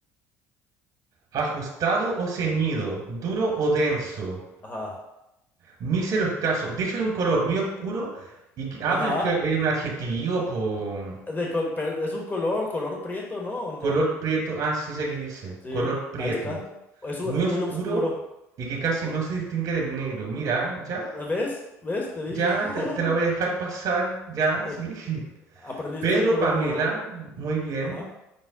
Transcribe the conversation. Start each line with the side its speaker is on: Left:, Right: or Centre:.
Right: Ajustado o ceñido, duro o denso,
Left: Ajá.
Right: mísero escaso, dicho de un color muy oscuro y que- ah,
Left: Ajá.
Right: pero es que es un adjetivo, po.
Left: De col- pero es un color, color prieto, ¿no? ¿O no?
Right: Color prieto, ah, sí, sé que dice,
Left: Sí,
Right: color prieto,
Left: ahí está. Es, un-
Right: muy
Left: es
Right: oscuro
Left: muy oscuro.
Right: y que casi
Left: O-
Right: no se distingue del negro. Mira, ya,
Left: no, ¿Ves? ¿Ves? Te dije.
Right: ya te, te la voy
Left: <laughs>
Right: a dejar pasar, ya,
Left: Es-
Right: sí. <laughs>
Left: Aprendiste
Right: Pedro
Left: un color
Right: Pamela,
Left: nuevo.
Right: muy bien.
Left: Ajá.